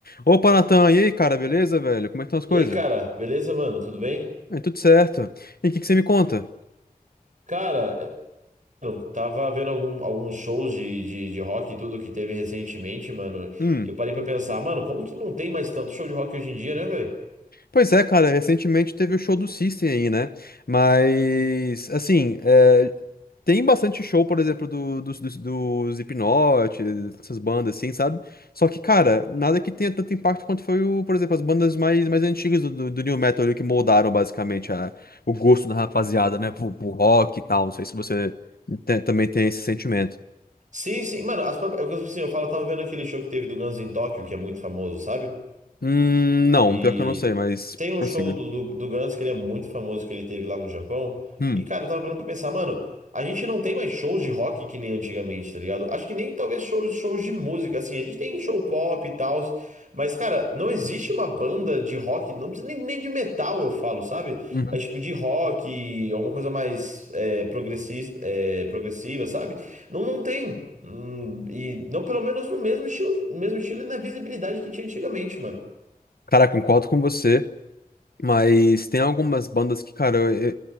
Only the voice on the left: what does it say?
Opa, Natan, e aí, cara, beleza, velho? Como é que estão as coisas?
Aí, tudo certo. E o que que você me conta?
Hum.
Pois é, cara, recentemente teve o show do System aí, né? Mas, assim, é, tem bastante show, por exemplo, do, dos, dos, dos Slipknot, essas bandas assim, sabe? Só que, cara, nada que tenha tanto impacto quanto foi, o, por exemplo, as bandas mais, mais antigas do, do, do New Metal ali, que moldaram basicamente a, o gosto da rapaziada, né? Pro, pro rock e tal. Não sei se você te- também tem esse sentimento.
Hum, não,
pior que eu não sei, mas
prossiga.
Hum.
Uhum.
Cara, concordo com você. Mas tem algumas bandas que, cara, eu,